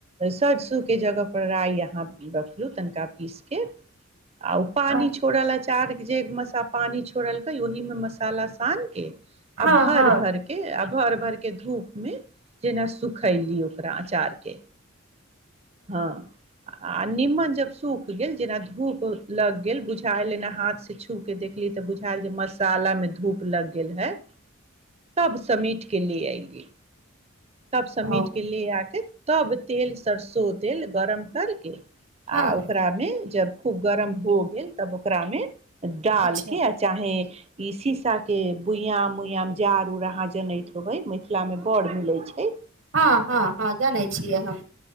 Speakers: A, on the right; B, on the right.
A: सरसूके जगह पर राइ अहाँ रखियौ तनिका पीस के आउ पानी
B: अ,
A: छोड़ लय सागक जे मे स पानि छोड़लकै ओहिमे मसाला सान के
B: हँ
A: अब भर
B: हँ
A: भर के अभ् भर भर के धूप मे जेना सुखैली ओकरा अचारके हँ आ निमनजप सूख गेल जेना धूप हो लग गेल बुझायल एना हाथ से छु छु के देखली तऽ बुझायल जे मसालामे धूप लग गेल छै सभ समीट के ले अइली सभ समीट
B: हँ
A: के ले आके तब तेल सरसो तेल गरम करके
B: हँ
A: आ ओकरामे जब खूब गरम हो गेल तब ओकरामे डाल
B: अच्छा
A: के आ चाहें इ सीसा के बुइयाँ मुइ जारूर अहाँ जनैत बई मिथिला में बड़ मिलय छैय।
B: हाँ हँ हँ जनैय छियै हम